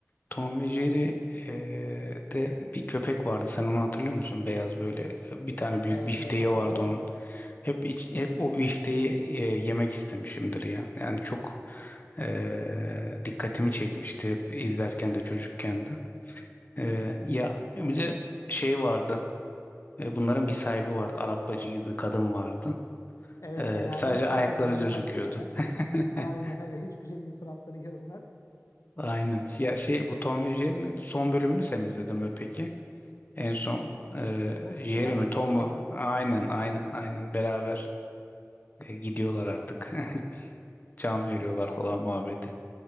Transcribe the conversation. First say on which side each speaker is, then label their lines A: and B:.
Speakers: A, on the left; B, on the left.
A: Tom ve Jerry eee, de bir köpek vardı. Sen onu hatırlıyor musun? Beyaz böyle bir tane büyük
B: Evet
A: bifteği
B: evet hatırlamaz
A: vardı onun.
B: mı?
A: Hep iç- hep o bifteği eee, yemek istemişimdir ya. Yani çok eee, dikkatimi çekmişti hep izlerken de çocukken de. Eee, ya bir de şey vardı. E, bunların bir sahibi vardı. Arap bacı gibi bir kadın vardı.
B: Evet
A: Eee,
B: genelde
A: sadece
B: hiç tipi
A: ayakları
B: görünmez
A: gözüküyordu.
B: böyle.
A: <laughs>
B: Aynen öyle hiçbir şekilde suratları görünmez.
A: Aynen. Ya şey bu Tom ve Jerry'nin son bölümünü sen izledin mi peki? En son e,
B: Bu
A: Jeremy,
B: tren
A: Tom'u
B: sahnesini
A: aynen aynen aynen beraber e, gidiyorlar
B: izledim
A: artık.
B: abi.
A: <laughs> Can veriyorlar
B: Ya
A: falan muhabbeti.